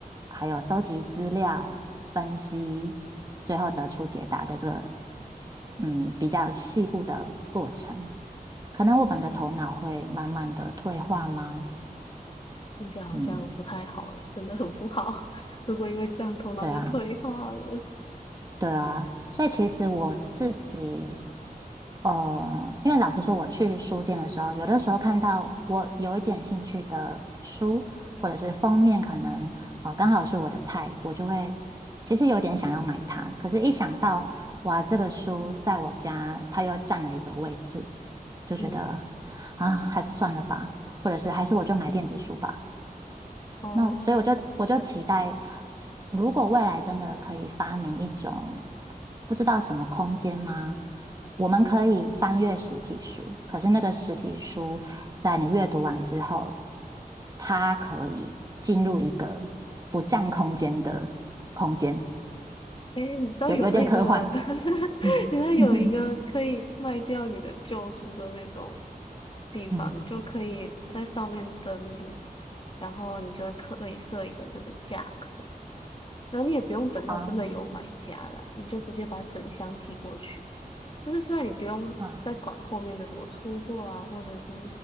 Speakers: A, on the right; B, on the left.
A: 还有收集资料、分析，最后得出解答的这个嗯比较细部的过程，可能我们的头脑会慢慢的退化吗？
B: 听起来好像不太好诶，
A: 嗯，
B: 真的很不好。<laughs> 如果因为这样头脑就退化了，
A: 对啊。对啊，所以其实我自己哦，因为老实说，我去书店的时候，有的时候看到我有一点兴趣的书，或者是封面可能呃刚好是我的菜，我就会其实有点想要买它。可是，一想到哇，这个书在我家它又占了一个位置，就觉得啊，
B: 嗯，
A: 还是算了吧，或者是还是我就买电子书吧。
B: 哦，
A: 那我所以我就我就期待，如果未来真的可以发明一种不知道什么空间吗？我们可以翻阅实体书，可是那个实体书在你阅读完之后，它可以进入一个不占空间的空间，
B: 诶，你知道有那个，
A: 有有点科幻。
B: <laughs>
A: 嗯
B: 你知道有一个可以卖掉你的旧书的那种
A: <laughs>
B: 地方，
A: 嗯，
B: 你就可以在上面登录，然后你就可以设一个那个价格。然后你也不用等到真的有买家来，
A: 啊
B: 你就直接把整箱寄过去。就是虽然你不用再管后面的什么出货啊，
A: 啊
B: 或者是